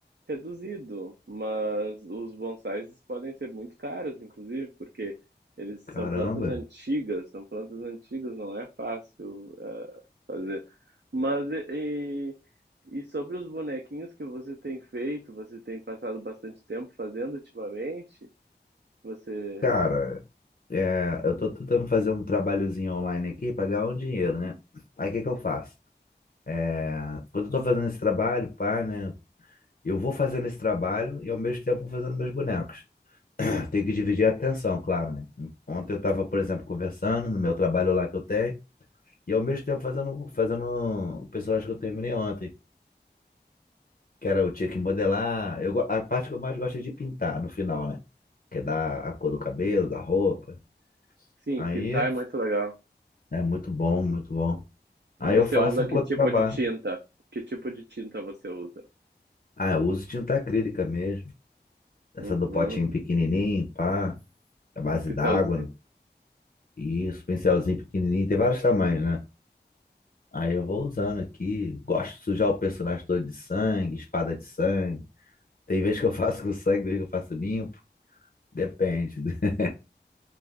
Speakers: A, on the right (about 80°); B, on the left (about 55°).
A: reduzido, mas os bonsais podem ser muito caros, inclusive, porque eles são
B: caramba.
A: plantas antigas, são plantas antigas, não é fácil eh, fazer. Mas e, e e sobre os bonequinhos que você tem feito, você tem passado bastante tempo fazendo ultimamente? Você,
B: Cara, é, eu tô tentando fazer um trabalhozinho online aqui pra ganhar um dinheiro, né? Aí o que que eu faço? É, quando eu tô fazendo esse trabalho, pá, né? Eu vou fazendo esse trabalho e ao mesmo tempo vou fazendo meus bonecos. <clears throat> Tem que dividir a atenção, claro, né? Ontem eu tava, por exemplo, conversando no meu trabalho lá que eu tenho e ao mesmo tempo fazendo, fazendo o personagem que eu terminei ontem, que era eu tinha que modelar. Eu, go- a parte que eu mais gosto é de pintar no final, né? Que é dar a cor do cabelo, da roupa.
A: sim,
B: Aí
A: pintar
B: é
A: é muito legal.
B: é muito bom, muito bom.
A: E
B: Aí
A: você
B: eu faço
A: usa
B: enquanto
A: que tipo
B: trabalho.
A: de tinta? Que tipo de tinta você usa?
B: Ah, eu uso tinta acrílica mesmo. Essa
A: Uhum,
B: do potinho pequenininho, pá, a base
A: um pincelzinho.
B: d'água. Isso, pincelzinho pequenininho. Tem vários tamanhos, né? Aí eu vou usando aqui. Gosto de sujar o personagem todo de sangue, espada de sangue. Tem vez que eu <laughs> faço com sangue, tem vez que eu faço limpo. Depende. <laughs>